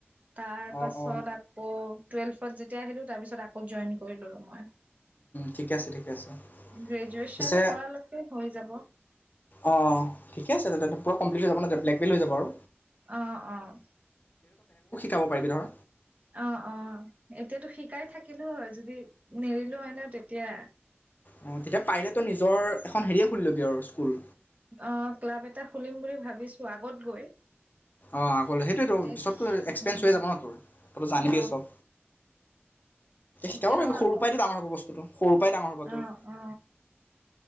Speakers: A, on the right (about 35°); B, on the left (about 45°).
A: তাৰ পাছত
B: অঁ অঁ
A: আকৌ টুৱেল্ভত যেতিয়া আহিলো তাৰপিছত আকৌ জইন কৰি ললো মই
B: ঠিকে আছে ঠিকে আছে
A: গ্ৰেজুৱেচন
B: পিছে
A: কৰালৈকে হৈ যাব
B: অ ঠিকে আছে তেন্তে পৰা কম্পেলেত যাব বেলক বেল হৈ যাব আৰু
A: অঁ অঁ
B: খাব পাৰিবি ধৰা
A: অ অ এতিয়াতো শিকাই থাকিলোও হয় যদি নেৰিলো হয় ন তেতিয়া
B: অ তেতিয়া পাৰিল তই নিজৰ এখন হেৰিয়ে খুল লবি আৰু স্কুল
A: অ ক্লাব এটা খুলিম বুলি ভাবিছো আগত গৈ
B: অঁ আকলৈ সেইটোৱটো
A: তাতে
B: পিছতো এক্সপেঞ্চ
A: উম
B: হৈ যাব ন তোৰ তই জানিবিই
A: অ
B: চব
A: শিকি
B: শিকাব পাৰিবি
A: লওঁ
B: সৰুৰ
A: আগত
B: পৰাইতো ডাঙৰ হ'ব বস্তুটো সৰুৰ পৰাই ডাঙৰ হ'ব তোৰ।
A: অ অ